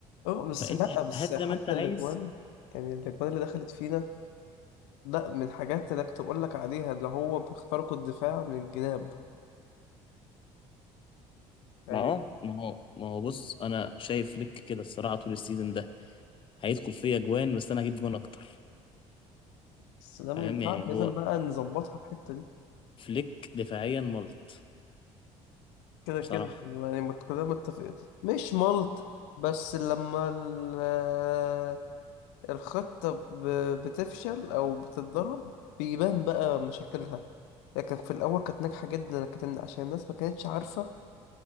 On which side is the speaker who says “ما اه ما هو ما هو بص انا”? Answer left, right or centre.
Left